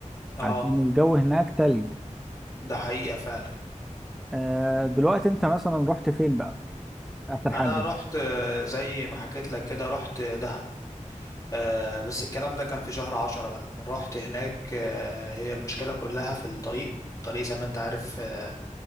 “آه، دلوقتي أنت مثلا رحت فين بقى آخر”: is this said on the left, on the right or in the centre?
Centre